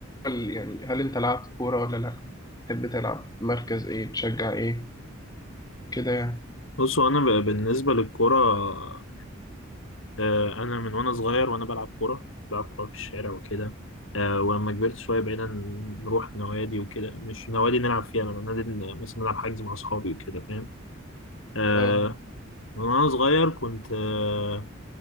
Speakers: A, on the left; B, on the left.
A: ال- يعني هل انت لعبت كورة ولا لا تحب تلعب مركز ايه تشجع ايه كده يعني
B: بصوا انا ب- بالنسبه للكوره آه، انا من وانا صغير وانا بلعب كوره بلعب كوره في الشارع وكده آه، ولما كبرت شويه بقينا ن- نروح نوادي وكده مش نوادي نلعب فيها بقى نادي ن- مثلا نلعب حجز مع اصحابي وكده فاهم آه،
A: اه
B: من وانا صغير كنت آه،